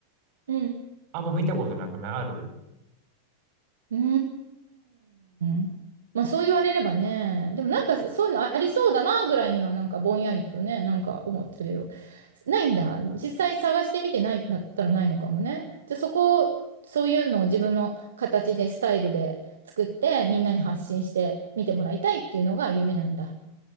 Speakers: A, on the right; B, on the right.
A: うん。
B: あんま見たことなくなる
A: うーん。まあそう言われればね。でもなんかそういうのありそうだなぐらいにはなんかぼんやりとね、なんか思ってるけど。ないんだ。実際探してみてないんだったらないのかもね。じゃあそこを、そういうのを自分の形で、スタイルで作って、みんなに発信して見てもらいたいっていうのが夢なんだ。